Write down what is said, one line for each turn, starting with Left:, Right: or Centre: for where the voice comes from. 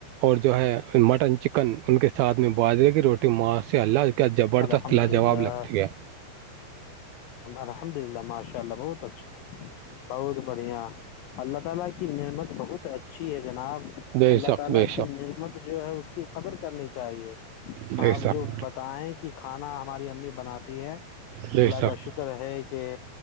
Right: اور جو ہے مٹن چکن ان کے ساتھ میں باجرے کی روٹی معا سے اللہ کیا زبردست
Left: الحمد
Right: لاجواب
Left: للہ
Right: لگتی ہے
Left: الحمد للہ ماشاء اللہ بہت اچھا بہت بڑھیا اللہ تعالی کی نعمت بہت اچھی ہے جناب
Right: بے
Left: اللہ
Right: شک
Left: تعالی
Right: بے شک
Left: کی نعمت جو ہے اس کی قدر کرنی چاہیے
Right: بے
Left: آپ
Right: شک
Left: جو بتائیں کہ کھانا ہماری امی بناتی ہے
Right: بے
Left: اللہ
Right: شک
Left: کا شکر ہے کہ